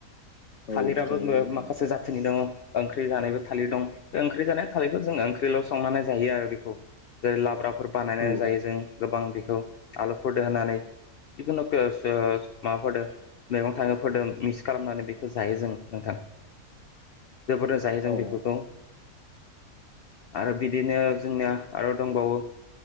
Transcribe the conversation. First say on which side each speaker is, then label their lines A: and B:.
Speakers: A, on the left; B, on the left.
A: थालिराबो
B: औ जायो
A: मो
B: नोंथां
A: माखासे जाथिनि दङ ओंख्रि जानायबो थालिर दं बे ओंख्रि जानाय थालिरखौ जोङो ओंख्रिल' संनानै जायो आरो बेखौ जेरै' लाब्राफोर बानायनानै
B: औ
A: जायो जों गोबां बेखौ आलुफोरदो होनानै जिखुनु <unintelligible> माबाफोरदों मैगं थाइोफोरदों मिक्स खालामनानै बेखौ जायो जों नोंथां
B: <inaudible>
A: जोबोरनो जायो जों
B: औ नोंथां
A: बेफोरखौ आरो बिदिनो जोंनिया आरो दंबावो